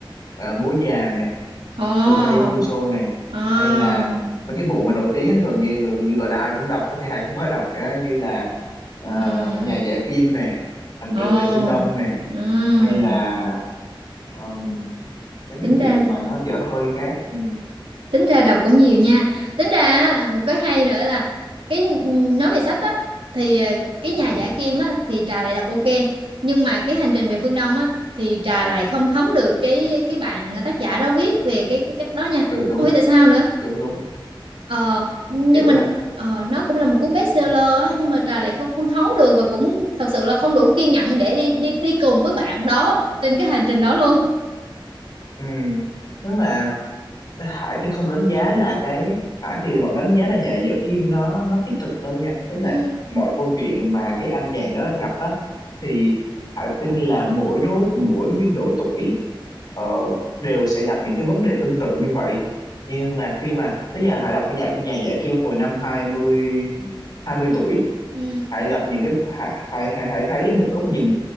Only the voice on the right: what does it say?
Ồ.
À.
Ừ.
Ồ.
Ừ.
tính
ra
tính ra đọc cũng nhiều nha tính ra á, một cái hay nữa là cái nói về sách á thì ờ, cái nhà giả kim á thì trà lại đọc ok nhưng mà cái hành trình về phương Đông á thì trà lại không thấm được cái cái bạn ờ, tác giả đó viết về cái cái cách đó nha
không biết tại sao nữa
ờ, nhưng
mình
ờ, nó cũng là một cuốn bestseller á, nhưng mà trà lại không không thấu được và cũng thật sự là không đủ kiên nhẫn để đi đi đi cùng với bạn đó trên cái hành trình đó luôn
ừ
ừ